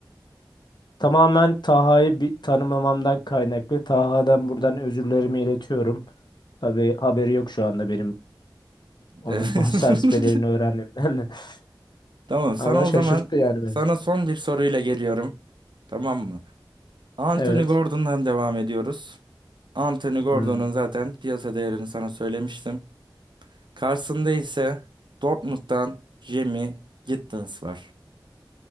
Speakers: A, on the left (about 60°); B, on the right (about 70°).
A: tamamen Taha'yı bir tanımamamdan kaynaklı. Taha'dan buradan özürlerimi iletiyorum. Tabii haberi yok şu anda benim onun
B: <laughs>
A: <laughs> bonservis bedelini öğrenmemden. <laughs>
B: Tamam sana
A: Ama şaşırttı
B: o zaman
A: yani beni.
B: sana son bir soruyla geliyorum. Tamam mı? Anthony
A: Evet.
B: Gordon'dan devam ediyoruz. Anthony Gordon'un
A: Hmm.
B: zaten piyasa değerini sana söylemiştim. Karşısında ise Dortmund'dan Jamie Gittins var.